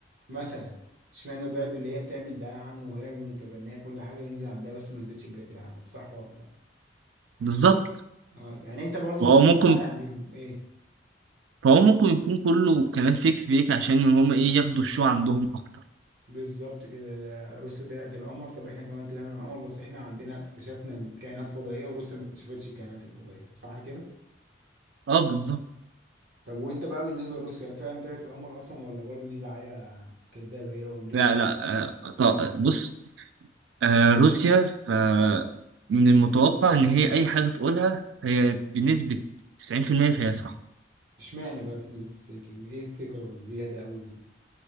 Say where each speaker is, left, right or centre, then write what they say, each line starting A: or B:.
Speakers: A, on the right (about 65°); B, on the right (about 80°).
A: مثلا اشمعنى البلد اللي هي بتعمل دعاية عنه وهي اللي متبنية كل حاجة ينزل عندها بس ما ينزلش في بقية العالم صح ولا لا؟
B: بالظبط
A: اه يعني انت برضو
B: وهو
A: مش
B: ممكن
A: مقتنع بيهم ايه
B: فهو ممكن يكون كله كلام فيك فيك عشان ان هم ايه ياخدوا الشو عندهم اكتر
A: بالظبط كده ده روسيا طلعت القمر طب احنا كمان طلعنا القمر بس احنا عندنا اكتشفنا الكائنات الفضائية وروسيا ما اكتشفتش الكائنات الفضائية صح كده
B: اه بالظبط
A: طب وانت بقى بالنسبة لروسيا فعلا طلعت القمر اصلا ولا برضو دي دعاية كدابة هي وامريكا
B: لا لا آه ط- بص آه روسيا ف من المتوقع ان هي اي حاجه تقولها هي بنسبه 90% فهي صح
A: اشمعنى بقى في نسبة 90% ايه الثقة الزيادة قوي دي